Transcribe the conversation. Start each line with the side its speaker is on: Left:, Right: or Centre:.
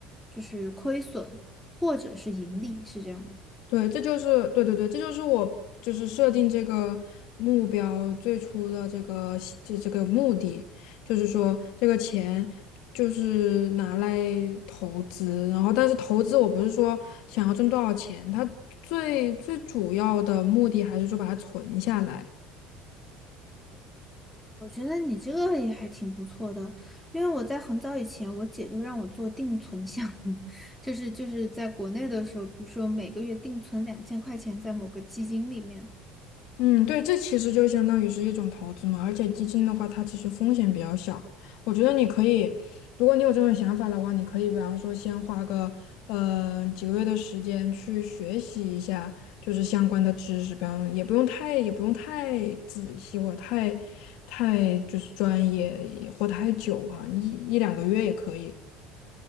Centre: 就是亏损或者是盈利，是这样吗？
Left: 对，这就是对对对，这就是我就是设定这个目标最初的这个这这个目的，就是说这个钱就是拿来投资，然后但是投资我不是说想要挣多少钱，它最最主要的目的还是说把它存下来。
Centre: 我觉得你这个也还挺不错的，因为我在很早以前，我姐就让我做定存项目，<laughs> 就是就是在国内的时候，比如说每个月定存两千块钱在某个基金里面，
Left: 嗯，对，这其实就相当于是一种投资嘛，而且基金的话，它其实风险比较小。我觉得你可以，如果你有这种想法的话，你可以比方说先花个呃几个月的时间去学习一下，就是相关的知识，比方也不用太也不用太仔细或者太太就是专业也或太久哈，一一两个月也可以。